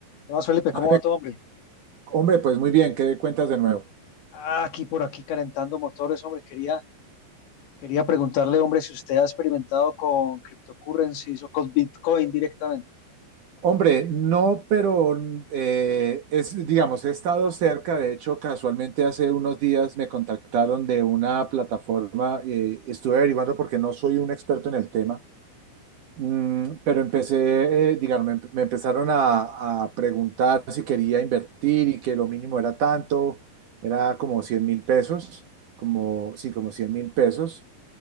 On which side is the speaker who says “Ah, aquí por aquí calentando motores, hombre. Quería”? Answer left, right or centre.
Left